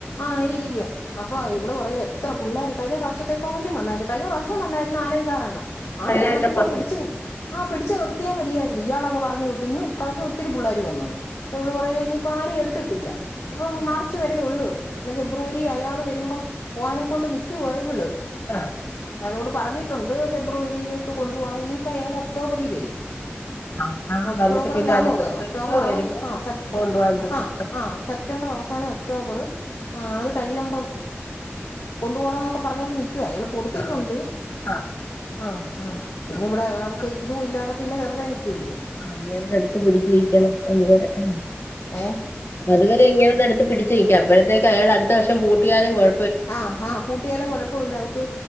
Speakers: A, on the left (about 80°); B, on the left (about 65°).
A: ആയിരിക്കും. അപ്പൊ ഇവള് പറയാ എത്ര പുള്ളേര് കഴിഞ്ഞ പ്രാശ്യത്തേക്കായിലും വന്നാരു കഴിഞ്ഞ പ്രാശ്യാം വന്നായിരുന്നു നാലഞ്ചാറെണ്ണം. ആഹ്‌
B: വല്ല
A: എണ്ണത്തിനെ
B: പറഞ്ഞു
A: പിടിച്ചു നി ആഹ് പിടിച്ച് നിർത്തിയാൽ മതിയായിരുന്നു, ഇയാള് അങ്ങ് പറഞ്ഞ് വിട്ട് ഇന്നും ഇപ്രാവശ്യാം ഒത്തിരി പിള്ളേര് വന്നന്ന് അപ്പൊ ഇവ്ള് പറയാ ഇനി പ്പാരിം എടുത്തിട്ടില്ല അപ്പൊ മാർച്ച് വരേ ഒള്ളൂ. ഫെബ്രുവരി അയാള് വരുമ്പം പോയാ നെക്കൊണ്ട് നിയ്ക്കുവാ യ് വള്.
B: ആഹ്
A: അയാളോട് പറഞ്ഞിട്ടുണ്ട് ഫെബ്രുവരിയിലേക്ക് കൊണ്ടു പോണം ഇനിയിപ്പോ അയാള് ഒക്ടോബറിൽ വരും.
B: ആഹ് അവർ
A: ഒക്ടോബറിലാന്നോന്ന്
B: വന്നിട്ട് പിന്നെ അടുത്ത ട്രിപ്പ്
A: ഒക്ടോബറാണ്
B: വരുമ്പോ
A: ആഹ് സെപ്
B: കൊണ്ടുപോവാൻ ചെല്ലി
A: ആഹ് ആഹ് സെപ് റ്റംബറ് അവസാനം ഒക്ടോബറ് ആ അത് കഴിയമ്പം കൊണ്ടു പോണന്നൊക്കെ പറഞ്ഞോണ്ട് നി ച്ച് അയാള് കൊടുത്തിട്ടുണ്ട്,
B: ആഹ് ആഹ്
A: ആഹ്‌ ആഹ്‌. പിന്നെ
B: അതുവരെ
A: ഇവടെ
B: ഇവിടെ
A: നമക്ക് ഇതും ഇല്ലാതെ പിന്നെ വെറുതെ നിക്കല്ല്യോ.
B: അങ്ങേരുടെ അടുത്ത് പിടിച്ചിരിക്കണം എന്ന് വരെ ഉം.
A: ഏഹ്‌
B: അതുവരെ ഇങ്ങേരുടടുത്ത് പിടിച്ച് നിയ്ക്കാ, അപ്പോഴത്തേക്ക് അയാൾ അടുത്ത വർഷം പൂട്ടിയാലും കൊഴ
A: ആഹ് ഹാ പൂട്ടിയാലും കൊഴപ്പുല്ല അവക്ക്